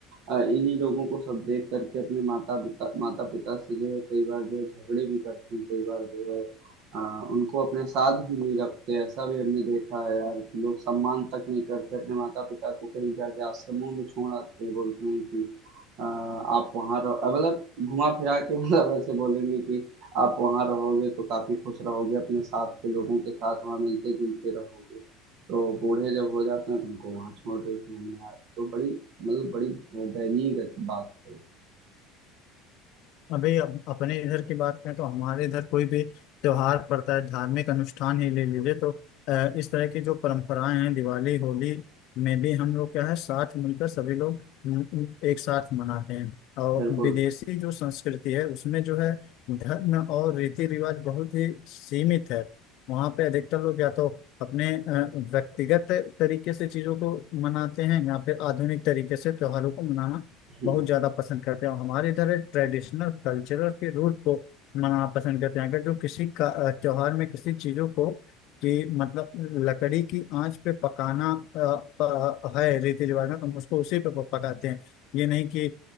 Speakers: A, on the right; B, on the left.
A: अ, इन्हीं लोगों को सब देख करके अपने माता पिता माता पिता से जो है कई बार जो है झगड़े भी करते हैं कई बार जो है अ, उनको अपने साथ भी नहीं रखते ऐसा भी हमने देखा है यार कि लोग सम्मान तक नहीं करते अपने माता पिता को कहीं जाके आश्रमों में छोड़ आते हैं बोलते हैं कि अ, आप वहाँ रहो अ, मतलब घुमा फिरा के <laughs> मतलब ऐसे बोलेंगे कि आप वहाँ रहोगे तो काफी खुश रहोगे अपने साथ के लोगों के साथ वहाँ मिलते जुलते रहोगे तो बूढ़े जब हो जाते हैं तो उनको वहाँ छोड़ देते हैं यार तो बड़ी मतलब बड़ी दयनीय गत- बात है
B: अभी अप- अपने इधर की बात करें तो हमारे इधर कोई भी त्योहार पड़ता है धार्मिक अनुष्ठान ही ले लीजिए तो अ, इस तरह की जो परंपराएं हैं दिवाली होली में भी हम लोग क्या है साथ मिलकर सभी लोग म, म, एक साथ मनाते हैं और
A: बिल्कुल
B: विदेशी जो संस्कृति है उसमें जो है धर्म और रीति रिवाज बहुत ही सीमित है वहाँ पे अधिकतर लोग या तो अपने अ, व्यक्तिगत तरीके से चीजों को मनाते हैं या फिर आधुनिक तरीके से त्योहारों को मनाना
A: बिल्कुल
B: बहुत ज्यादा पसंद करते हैं और हमारे इधर ट्रेडिशनल कल्चरल के रूट को मनाना पसंद करते हैं अगर जो किसी का अ, त्योहार में किसी चीजों को कि मतलब लकड़ी की आंच पे पकाना अ, अ, है रीति रिवाज में तो हम उसको उसी पे प- पकाते हैं ये नहीं कि